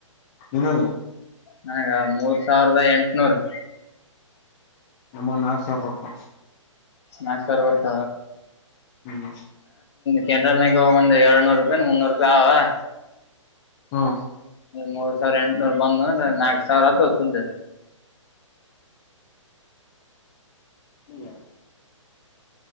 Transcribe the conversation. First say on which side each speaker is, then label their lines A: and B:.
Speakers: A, on the left; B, on the left.
A: ನಿನದು
B: ನನಗ ಮೂರ್ ಸಾವಿರದ ಎಂಟನೂರು
A: ನಮ್ಮ ನಾಕು ಸಾವಿರ ರ
B: ನಾಲ್ಕು ಬರ್ತ
A: ಹ್ಮ್
B: ಕೆಂಟಲ್ನ ಹೋಗ ಒಂದು ಎರಡುನೂರು ರೂಪಾಯಿ ಮುನ್ನೂರು ರೂಪಾಯಿ
A: ಹಾ
B: ಮೂರ್ ಸಾವಿರ ಎಂಟುನೂರ್ ಬಂದು ನಾಕಕ್ ಸಾವಿರ ಆತ ಸುದ್ದೆ
A: ಅಲ್ಲ